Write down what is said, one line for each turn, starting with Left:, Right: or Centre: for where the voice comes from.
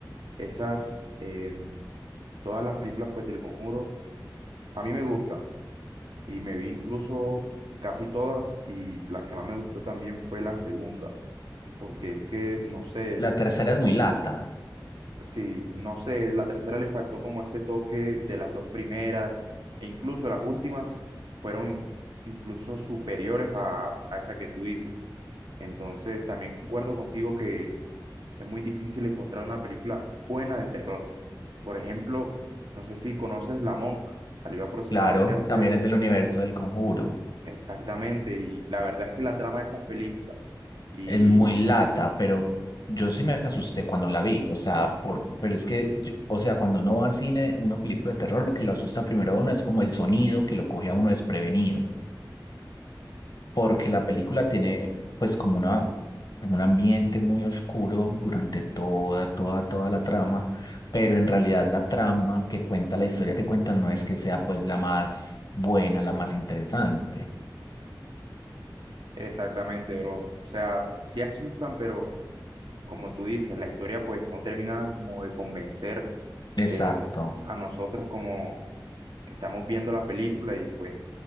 Right: esas, eh, todas las películas pues del Conjuro, a mí me gustan. Y me vi incluso casi todas y las que más me gustó también fue la segunda. Porque es que, no sé,
Left: La tercera es muy lata,
Right: Sí, no sé, la tercera le faltó como ese toque de las dos primeras, e incluso las últimas fueron in- incluso superiores a, a esa que tú dices. Entonces, también concuerdo contigo que es muy difícil encontrar una película buena de terror. Por ejemplo, no sé si conoces La Monja, salió aproximadamente
Left: claro,
Right: hace
Left: también es del universo del Conjuro.
Right: exactamente, y la verdad es que la trama de esas películas, y
Left: Es muy lata, pero yo sí me asusté cuando la vi, o sea, por, pero es que, yo- o sea, cuando uno va a cine, una película de terror, lo que lo asusta primero a uno es como el sonido que lo coge a uno desprevenido, porque la película tiene pues como una, como un ambiente muy oscuro durante toda, toda, toda la trama, pero en realidad la trama que cuenta, la historia que cuenta no es que sea pues la más buena, la más interesante.
Right: exactamente, bro, o sea, sí asustan, pero como tú dices, la historia pues no termina como de convencer
Left: Exacto.
Right: eh, a nosotros como que estamos viendo la película y pues